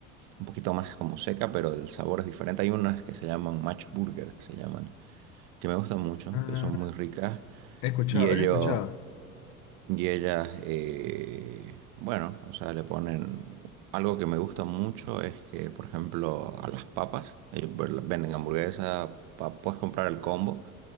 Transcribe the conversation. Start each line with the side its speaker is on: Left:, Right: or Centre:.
Right: un poquito más como seca, pero el sabor es diferente. Hay unas que se llaman match burger, se llaman, que me gustan mucho,
Left: Ah,
Right: que son muy ricas
Left: He escuchado,
Right: y ellos...
Left: he escuchado.
Right: Y ellas, eh, bueno, o sea, le ponen... Algo que me gusta mucho es que, por ejemplo, a las papas, ellos ver- venden hamburguesas, pa- puedes comprar el combo,